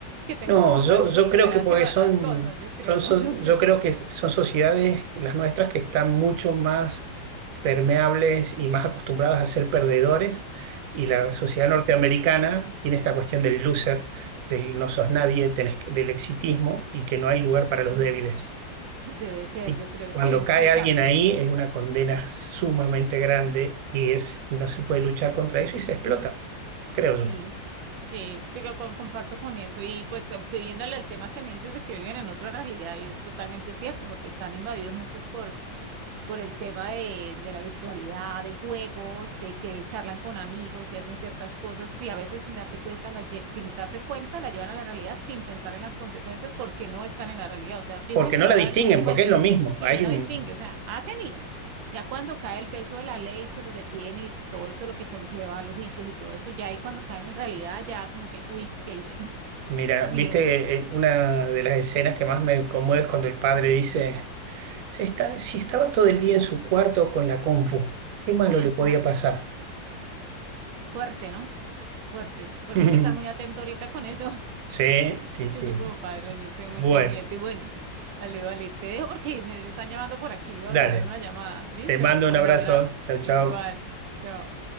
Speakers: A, on the right; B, on the right.
A: que tenemos
B: No,
A: una
B: yo,
A: alta
B: yo
A: tolerancia
B: creo que porque
A: para
B: son,
A: las cosas, yo creo,
B: son, so-
A: <laughs> yo sé.
B: yo creo que son sociedades, las nuestras, que están mucho más permeables y más acostumbradas a ser perdedores. Y la sociedad norteamericana tiene esta cuestión del loser, del no sos nadie, tenés que- del exitismo y que no hay lugar para los
A: Ujú.
B: débiles.
A: Debe ser,
B: Y
A: yo creo
B: cuando
A: que
B: cae
A: sí también.
B: alguien ahí es una condena sumamente grande y es, no se puede luchar contra eso y se explota, creo
A: Sí,
B: yo.
A: sí, sí, co- co- comparto con eso. Y pues viviéndolo el tema que me dices de que viven en otra realidad, y es totalmente cierto, porque están invadidos muchos por el tema de, de la virtualidad, de juegos, de que charlan con amigos y hacen ciertas cosas que a veces sin darse cuenta, las lle- sin darse cuenta, la llevan a la realidad sin pensar en las consecuencias porque no están en la realidad. O sea, piensan
B: Porque
A: que
B: no
A: no
B: la
A: van
B: distinguen,
A: a haber consecuencias.
B: porque es lo mismo.
A: Sí,
B: Hay
A: no
B: un,
A: distingue. O sea, hacen y ya cuando cae el peso de la ley que los detiene y pues todo eso lo que conlleva los juicios y todo eso, ya ahí cuando caen en realidad, ya como que, uy, ¿qué hice? <laughs>
B: Mira, viste
A: Uy, no.
B: eh, una de las escenas que más me conmueve es cuando el padre dice, "Se está, si estaba todo el día en su cuarto con la compu, ¿qué malo
A: <laughs>
B: le podía
A: Nah,
B: pasar?
A: fuerte, ¿no? Fuerte. Por
B: Ujú.
A: eso hay que estar muy
B: <laughs>
A: atento ahorita con eso.
B: Sí, sí, sí.
A: Uno como padre, yo estoy muy
B: Bueno,
A: pendiente. Y bueno, vale, vale, te dejo porque me me están llamando por aquí. Voy
B: dale.
A: a atender una llamada. ¿Listo?
B: Te mando
A: Bueno,
B: un abrazo.
A: habla
B: Chao,
A: igual.
B: chao.
A: Chao.